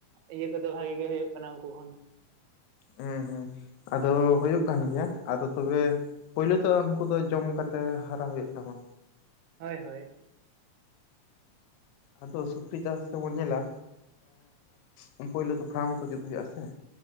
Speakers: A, on the right (about 85°); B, on the left (about 85°).
A: ᱤᱭᱟᱹ ᱠᱚᱫᱚ ᱵᱷᱟᱜᱤ ᱜᱮ ᱦᱩᱭᱩᱜ ᱠᱟᱱᱟ ᱩᱱᱠᱩ ᱠᱷᱚᱱ
B: ᱦᱮᱸ ᱦᱮᱸ ᱟᱫᱚ ᱦᱩᱭᱩᱜ ᱠᱟᱱ ᱜᱮᱭᱟ ᱟᱫᱚ ᱛᱚᱵᱮ ᱯᱳᱭᱞᱳ ᱛᱚ ᱩᱱᱠᱩ ᱫᱚ ᱡᱚᱢ ᱠᱟᱛᱮ ᱦᱟᱨᱟ ᱦᱳᱭᱳᱜ ᱛᱟᱢᱟ
A: ᱦᱳᱭ ᱦᱳᱭ
B: ᱟᱫᱚ ᱥᱩᱠᱨᱤ ᱪᱟᱥ ᱨᱮᱵᱚᱱ ᱧᱮᱞᱟ ᱦᱮᱸ ᱯᱳᱭᱞᱟᱹ ᱫᱚ ᱯᱷᱨᱟᱢ ᱠᱚ ᱡᱩᱛ ᱦᱩᱭᱩᱜ ᱟ ᱥᱮ